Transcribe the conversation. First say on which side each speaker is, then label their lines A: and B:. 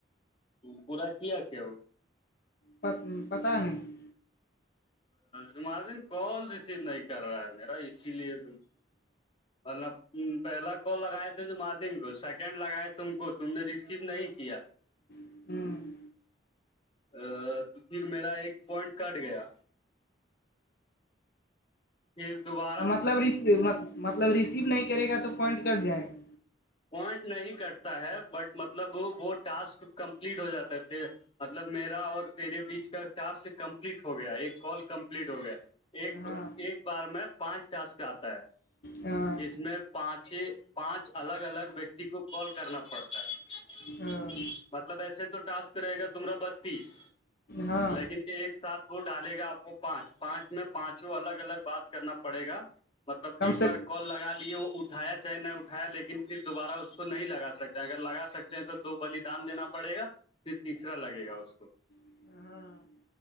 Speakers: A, on the left; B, on the left.
A: پورا کیا کیا ہو
B: پ پت نہیں <unintelligible>
A: تمہارے دن کال ریسیو نہیں کر رہا ہے میرا اسی لیے تم نہ پہلا کال لگائے تھے جماردن کو سیکنڈ لگائے تم کو تم نے ریسیو نہیں کیا <unintelligible>
B: نہیں
A: ا تو پھر میرا ایک پوائنٹ کاٹ گیا پھر دوبار
B: مطلب مطلب ریسیو نہیں کرے گا تو پوائنٹ کٹ جائے گا
A: پوائنٹ نہیں کرتا ہے بٹ مطلب وہ ٹاسک کمپلیٹ ہو جاتا تھے مطلب میرا اور تیرے بیچ کا ٹاسک کمپلیٹ ہو گیا ایک کال کمپلیٹ ہو گیا ایک
B: ہاں
A: ایک بار میں پانچ ٹاسک آتا ہے
B: ہاں
A: جس میں پانچ ہی پانچ الگ الگ ویکتی کو کال کرنا پڑتا ہے
B: ہاں
A: مطلب ایسے تو ٹاسک رہے گا تمرا بتیس
B: ہاں
A: لیکن ایک ساتھ وہ ڈالے گا آپ کو پانچ پانچ میں پانچوں الگ الگ بات کرنا پڑے گا مطلب
B: کم
A: ایک
B: سے
A: بار کال لگا لے وہ اٹھایا چاہے نہیں اٹھایا لیکن دوبارہ اس کو نہیں لگا سکتا اگر لگا سکتے ہیں تو دو بلیدان دینا پڑے گا پھر تیسرا لگے گا اس کو
B: ہاں